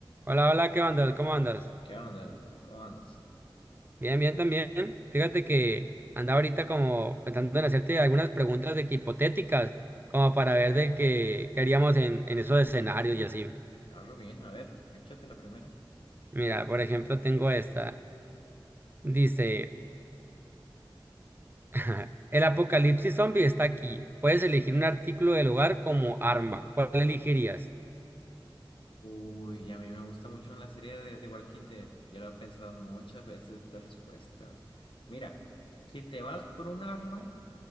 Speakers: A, on the right; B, on the left.
A: Hola, hola, ¿qué andas? ¿Cómo andas?
B: ¿Qué onda, Ale? ¿Cómo andas?
A: Bien, bien también. Fíjate que andaba ahorita como pensando en hacerte algunas preguntas de que hipotéticas, como para ver de qué, qué haríamos en, en esos escenarios y así.
B: Algo bien, a ver, échate la primera.
A: Mira, por ejemplo, tengo esta. Dice, <laughs> el apocalipsis zombie está aquí. Puedes elegir un artículo del hogar como arma. ¿Cuál elegirías?
B: Uy, a mí me gusta mucho la serie de The Walking Dead. Yo lo he pensado muchas veces esta respuesta. Mira, si te vas por un arma,